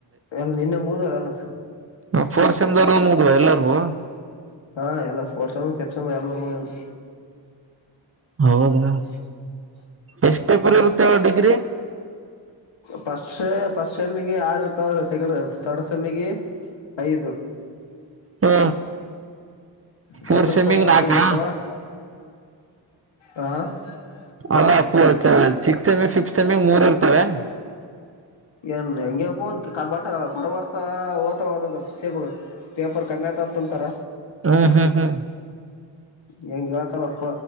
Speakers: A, on the left; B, on the right.
A: ಎಲ್ಲಾ ನಿನ್ನೆ ಮುಗದವು
B: ಫೋರ್ತ್ ಸೇಮ್ ಅವು ಮುಗಿದ್ವ ಎಲ್ಲರದು
A: ಹಾ ಎಲ್ಲ ಫೋರ್ ಹಾಳು ಮುಳು ಎಲ್ಲಾ
B: ಹೌದಾ
A: <unintelligible>
B: ಎಷ್ಟ್ ಪೇಪರ್ ಇರುತ್ತೆ ಹೇಳು ಡಿಗ್ರಿ
A: ಫಸ್ಟ್ ಫಸ್ಟ್ ಸಮ್ಮಿಗೆ ಆರು ಇತವ್ ಸೆಕಂಡ್ ಥರ್ಡ್ ಸಮ್ಮಿಗೆ ಐದು
B: ಹ
A: ಥರ್ಡ್
B: ಫೋರ್
A: ಸೇಮ್
B: ಸೆಮಿಗ್
A: ಫೋರ್ತ್ ಸೇಮ್
B: ನಾಕಾ
A: ಐದು ಇರ್ತಾವ ಹಾ <unintelligible>
B: ಅಲ್ಲ ಸಿಕ್ಸ್ ಎಮಿ ಫಿಫ್ತ್ ಎಮಿ ಮೂರ್ ಇರ್ತವ ಏನ
A: ಏನ್ ಹೆಂಗೆಪ್ಪ ಒಂದ ಕಟ ಬರಬರ್ತ ಓತ ಒಂಗ ಸೇಪ ಪೇಪರ್ ಕಮ್ಮಿ ಆತ ಅಂತಂತಾರ
B: ಹ್ಮ್ ಹ್ಮ್ ಹ್ಮ್
A: ಹೆಂಗ ಯಕಲ್ಲಪ್ಪ